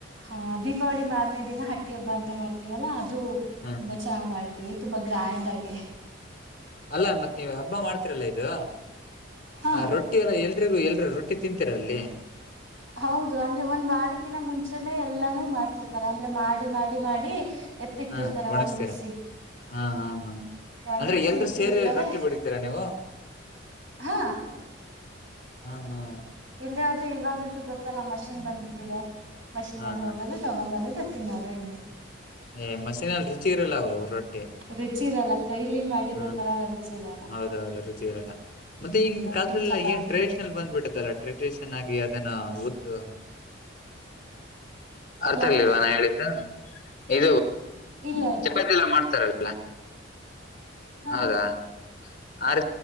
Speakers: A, on the right; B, on the left.
A: ಆ ದೀಪಾವಳಿ ಮಾರನೇ ದಿನ ಹಟ್ಟಿ ಹಬ್ಬ ಅಂತ ಮಾಡ್ತೀವಲ್ಲ ಅದು
B: ಹಾ
A: ತುಂಬಾ ಚೆನ್ನ್ ಮಾಡ್ತ ತುಂಬಾ ಗ್ರ್ಯಾಂಡ್ ಆಗೆ
B: ಅಲ್ಲ ಮತ್ತ ನೀವ ಹಬ್ಬ ಮಾಡ್ತಿರಲ್ಲ ಇದು
A: ಹಾ
B: ರೊಟ್ಟಿ ಎಲ್ಲ ಎಲ್ರಿಗೂ ಎಲ್ರಿ ರೊಟ್ಟಿ ತಿಂತೀರ ಅಲ್ಲಿ
A: ಹೌದು ಅಂದ್ರೆ ಒಂದ್ ವಾರಕ್ಕೆ ಅಕಿನ ಮುಂಚೆನೆ ಎಲ್ಲಾನು ಮಾಡ್ತಿರ್ತಾರೆ ಅಂದ್ರೆ ಮಾಡಿ ಮಾಡಿ ಮಾಡಿ ಎತ್ತಿಟ್ಟಿರ್ತಾರೆ
B: ಹಾ ಒಣಗ್ಸ್ತೀರಾ
A: ಒಣಗಿಸಿ
B: ಹಾ ಹಾ ಹಾ
A: ಒಣಗಿಸಿ
B: ಅಂದ್ರೆ ಎಲ್ರೂ
A: ಇಟ್ಟಿರ್ತಾರೆ
B: ಸೇರಿ ರೊಟ್ಟಿ ಹೊಡಿತೀರಾ ನೀವು
A: ಹಾ
B: ಹಾ ಹಾ
A: ಇಲ್ದೆೇ ಆದ್ರೆ ಇವಾಗಂತೂ ಗೊತ್ತಲ್ಲ ಮಷಿನ್ ಬಂದ್ಬಿಟ್ಟಿದೆ ಮಷಿಿನಲ್ಲಿ
B: ಹಾ ಹಾ
A: ಹೋಗಲು ತಗೊ್ಂಬರೋದು ತಿನ್ನೋದು ಹಿಂಗೆ
B: ಏ ಮಷೀನಲ್ಲಿ ರುಚಿ ಇರಲ್ಲ ಅವು ರೊಟ್ಟಿ
A: ರುಚಿ ಇರಲ್ಲ ಕೈಲಿ ಮಾಡಿರೋ
B: ಹಾ
A: ತರ ರುಚಿ ಇರಲ್ಲ
B: ಹೌದೌದು ರುಚಿ ಇರಲ್ಲ ಮತ್ತೆ
A: ಹ್ಮ್
B: ಈಗಿನ
A: ರೊಟ್ಟಿ
B: ಕಾಲದಲ್ಲಿಲ್ಲ
A: ಚಪಾತಿ
B: ಏನ್ ಟ್ರೆಡಿಷನಲ್ ಬಂದ್ಬಿಟ್ಟತ್ತಲ್ಲ ಟ್ರೆಡಿಷನ್ ಆಗಿ ಅದನ್ನು ದ್ದ ಅರ್ಥ
A: ಯಾವ್ದು
B: ಆಗ್ಲಿಲ್ವಾ ನಾ ಹೇಳಿದ್ದ ಇ
A: ಇಲ್ಲ ಇಲ್ಲ
B: ಚಪಾತಿ ಎಲ್ಲ ಮಾಡ್ತಾರಲ್
A: ಹಾ
B: ಹೌದಾ ಆ